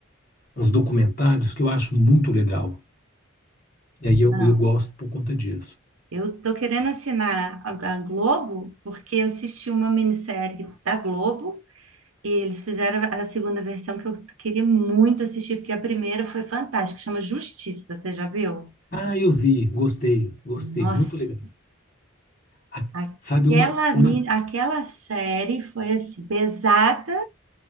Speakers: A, on the left; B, on the right.
A: uns documentários que eu acho muito legal. E aí eu,
B: não.
A: eu gosto por conta disso.
B: Eu tô querendo assinar a, a Globo porque eu assisti uma minissérie da Globo e eles fizeram a segunda versão que eu queria muito assistir, porque a primeira foi fantástica, chama Justiça, você já viu?
A: Ah, eu vi, gostei, gostei,
B: Nossa,
A: muito legal. A-
B: aquela,
A: Sabe, uma, uma
B: mini- aquela série foi assim, pesada